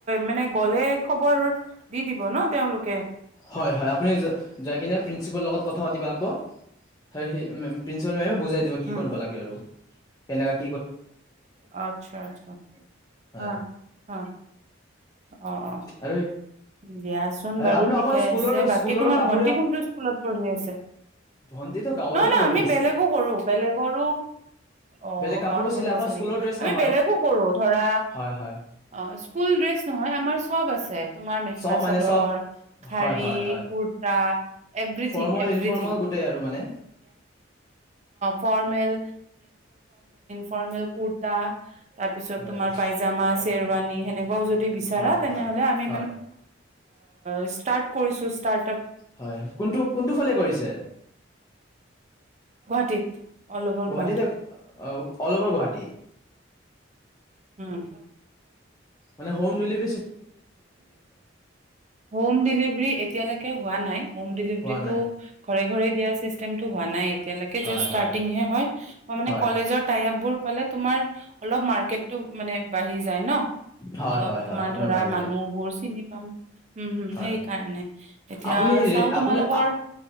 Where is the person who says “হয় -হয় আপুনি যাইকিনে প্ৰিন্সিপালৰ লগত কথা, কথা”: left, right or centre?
Left